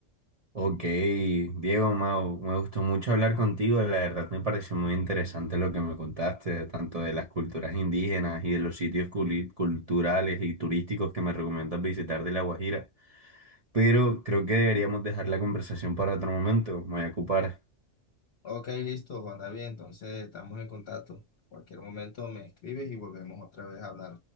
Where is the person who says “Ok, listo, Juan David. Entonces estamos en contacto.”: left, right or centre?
Left